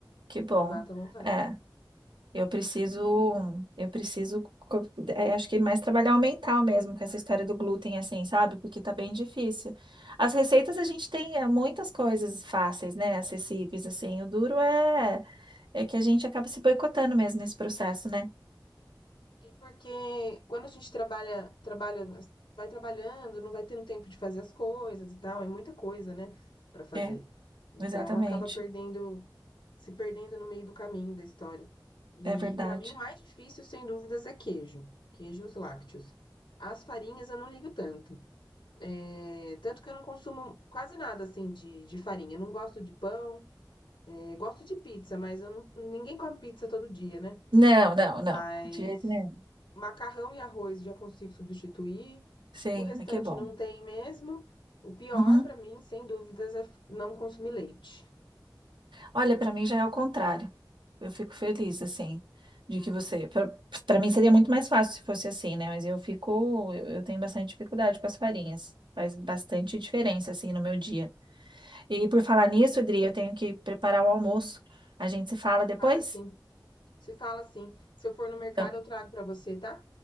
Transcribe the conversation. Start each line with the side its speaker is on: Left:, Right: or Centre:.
Right: que bom.
Left: Tem mata a vontade.
Right: É. Eu preciso, eu preciso, co- é, acho que mais trabalhar o mental mesmo com essa história do glúten, assim, sabe? Porque tá bem difícil. As receitas a gente tem é, muitas coisas fáceis, né? Acessíveis, assim. O duro é, é que a gente acaba se boicotando mesmo nesse processo, né?
Left: E porque quando a gente trabalha, trabalha, vai trabalhando, não vai tendo tempo de fazer as coisas e tal, é muita coisa, né, Pra fazer.
Right: É,
Left: Então
Right: exatamente.
Left: acaba perdendo, se perdendo no meio do caminho da história. E
Right: É verdade.
Left: pra mim o mais difícil, sem dúvidas, é queijo, queijos lácteos. As farinhas eu não ligo tanto. Eh, tanto que eu não consumo quase nada, assim, de de farinha. Eu Não gosto de pão, eh, gosto de pizza, mas eu não ninguém come pizza todo dia, né.
Right: Não, não,
Left: Mas
Right: não. De jeito nenhum.
Left: macarrão e arroz já consigo substituir,
Right: Sim,
Left: o restante
Right: aqui é bom.
Left: não tem mesmo. O pior
Right: Uhum.
Left: pra mim, sem dúvidas, é f não consumir leite.
Right: Olha, para mim já é o contrário. Eu fico feliz, assim, de que você. Para mim seria muito mais fácil se fosse assim, né? Mas eu fico. Eu eu tenho bastante dificuldade com as farinhas. Faz bastante diferença, assim, no meu dia. E por falar nisso, Adri, eu tenho que preparar o almoço. A gente se fala depois?
Left: Cara, sim. Se fala assim Se eu for no
Right: Então,
Left: mercado, eu trago pra você, tá?